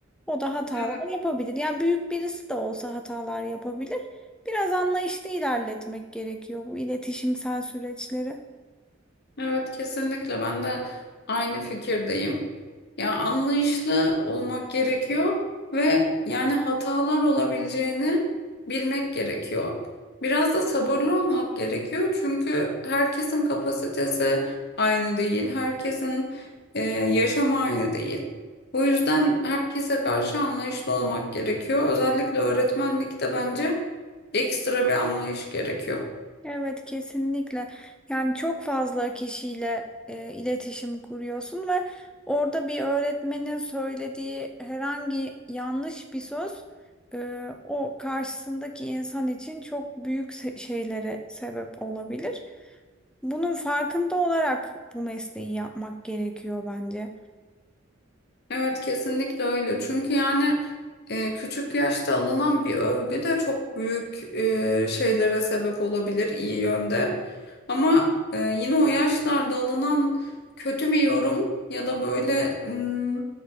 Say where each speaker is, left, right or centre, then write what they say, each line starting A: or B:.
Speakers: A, in the centre; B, on the left.
A: O da hatalar
B: Evet.
A: yapabilir. Yani büyük birisi de olsa hatalar yapabilir. Biraz anlayışlı ilerletmek gerekiyor bu iletişimsel süreçleri.
B: Evet kesinlikle ben de aynı fikirdeyim. Ya anlayışlı olmak gerekiyor ve yani hatalar olabileceğini bilmek gerekiyor. Biraz da sabırlı olmak gerekiyor çünkü herkesin kapasitesi aynı değil, herkesin e, yaşamı aynı değil. Bu yüzden herkese karşı anlayışlı olmak gerekiyor. Özellikle öğretmenlikte bence Ekstra bir anlayış gerekiyor.
A: Evet kesinlikle. Yani çok fazla kişiyle e, iletişim kuruyorsun ve orada bir öğretmenin söylediği herhangi yanlış bir söz e, o karşısındaki insan için çok büyük se- şeylere sebep olabilir. Bunun farkında olarak bu mesleği yapmak gerekiyor bence.
B: Evet kesinlikle öyle. Çünkü yani e, küçük yaşta alınan bir övgü de çok büyük e, şeylere sebep olabilir iyi yönde. Ama e, yine o yaşlarda alınan kötü bir yorum ya da böyle hmm,